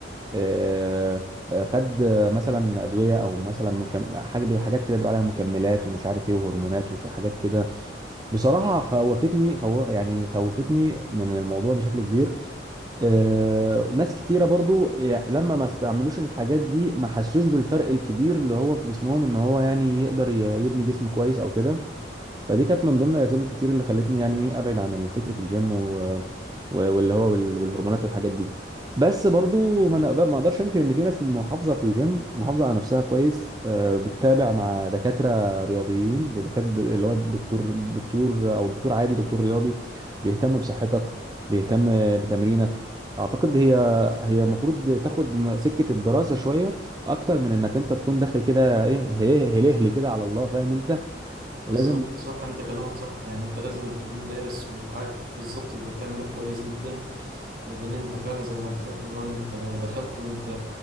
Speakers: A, on the right; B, on the right.
A: آه، آه، خد آه، مثلا ادويه او مثلا مكم... حاجه حاجات كده بيقولوا عليها مكملات ومش عارف ايه وهرمونات وحاجات كده بصراحه خوفتني خو... يعني خوفتني من الموضوع بشكل كبير آه، ناس كتيرة برضو يع- لما ما استعملوش الحاجات دي ما حسوش بالفرق الكبير اللي هو في جسمهم ان هو يعني يقدر ي- يبني جسم كويس او كده فدي كانت من ضمن الاسباب الكتير اللي خلتني يعني ايه ابعد عن فكره الجيم و... و- واللي هو وال- والهرمونات والحاجات دي بس برضو ما نقدر ما اقدرش انكر ان في ناس محافظه في الجيم محافظه على نفسها كويس آه، بتتابع مع دكاتره رياضيين دكاتره اللي هو الدكتور دكتور او دكتور عادي دكتور رياضي بيهتم بصحتك بيهتم بتمرينك اعتقد هي هي المفروض تاخد م- سكه الدراسه شويه اكتر من انك انت تكون داخل كده ايه هلهلي كده على الله فاهم انت
B: بالظبط
A: لازم
B: صح انت كلامك صح يعني انت لازم تكون دارس وعارف بالظبط انت بتعمل ايه كويس جدا لان انت فعلا زي ما قلت لك في الاول انت لو دخلت وانت